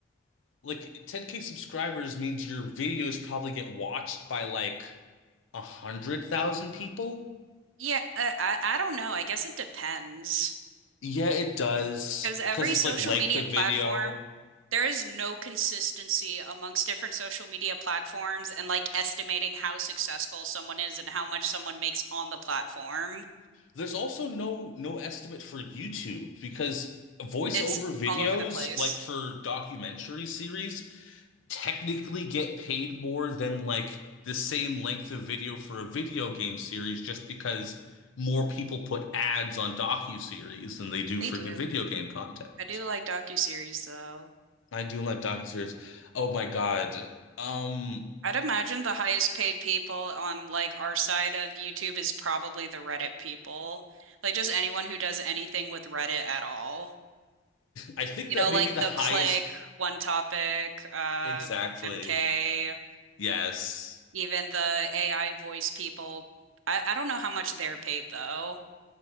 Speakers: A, on the left (about 80°); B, on the right (about 85°).
A: Like 10K subscribers means your videos probably get watched by like a hundred thousand people.
B: Yeah, uh, I I don't know. I guess it depends.
A: Yeah, it does
B: Because
A: because
B: every
A: it's
B: social
A: like length
B: media
A: of
B: platform,
A: video.
B: there is no consistency amongst different social media platforms and like estimating how successful someone is and how much someone makes on the platform.
A: There's also no no estimate for YouTube because voiceover
B: It's
A: videos,
B: all over the place.
A: like for documentary series, technically get paid more than like the same length of video for a video game series just because more people put ads on docuseries than they do
B: They
A: freaking
B: do.
A: video game content.
B: I do like docuseries though.
A: I do like docuseries. Oh my God. Um,
B: I'd imagine the highest paid people on like our side of YouTube is probably the Reddit people. Like just anyone who does anything with Reddit at all.
A: I think
B: You
A: that
B: know,
A: maybe
B: like
A: the
B: The
A: highest
B: Click, One Topic, uh,
A: exactly.
B: MK.
A: Yes.
B: Even the AI voice people, I, I don't know how much they're paid though.